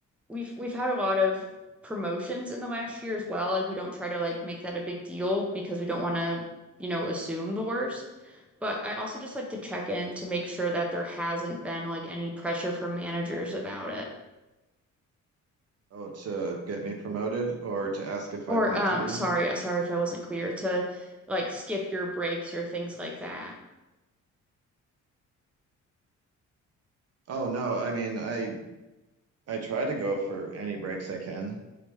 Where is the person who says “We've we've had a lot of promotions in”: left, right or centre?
Centre